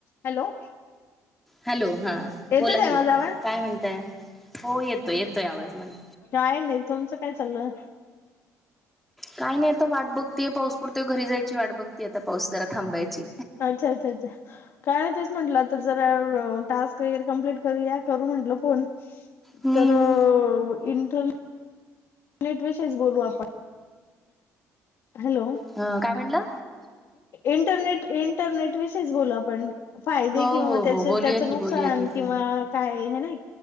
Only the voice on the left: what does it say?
hello
येतोय
ताई माझा
आवाज
काय नाही तुमचं काय चाललंय
अच्छा अच्छा अच्छा काय नाही तेच म्हंटलं आता जरा टास्क वगैरे कंप्लीट करू या करू म्हंटल फोन
तर तर इंटरने नेट विषयीच बोलू आपण हॅलो
इंटरनेट इंटरनेट विषयच बोलू आपण फायदे
किंवा
मग
त्या
त्याच
नुकसान
किंवा काय नाही